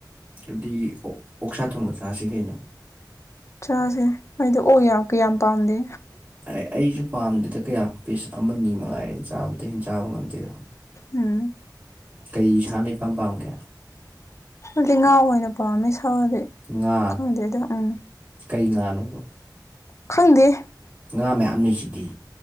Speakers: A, on the right; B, on the left.
A: ꯑꯗꯨꯗꯤ ꯑꯣ ꯑꯣꯛꯁꯥ ꯊꯣꯡꯕ ꯆꯥꯁꯤ ꯀꯩꯅꯣ
B: ꯆꯥꯁꯦ ꯑꯩꯗꯤ ꯑꯣꯛ ꯀꯌꯥ ꯌꯥꯝ ꯄꯥꯝꯗꯦ
A: ꯑꯩ ꯑꯩꯁꯨ ꯄꯥꯝꯗꯦꯗ ꯀꯌꯥ ꯄꯤꯁ ꯑꯃꯅꯤ ꯃꯉꯥꯏꯔꯦꯅ ꯆꯥꯕꯗ ꯍꯦꯟꯅ ꯆꯥꯕ ꯉꯝꯗꯦꯗꯅ
B: ꯎꯝ
A: ꯀꯩ ꯁꯥꯅ ꯏꯄꯥꯝ ꯄꯥꯝꯒꯦ
B: ꯑꯩꯗꯤ ꯉꯥ ꯑꯣꯏꯅ ꯄꯥꯝꯃꯦ ꯁꯥꯗꯤ
A: ꯉꯥ
B: ꯈꯪꯗꯦꯗ ꯎꯝ
A: ꯀꯩ ꯉꯥꯅꯣꯕ
B: ꯈꯪꯗꯦ
A: ꯉꯥ ꯃꯌꯥꯝ ꯂꯩꯁꯤꯗꯤ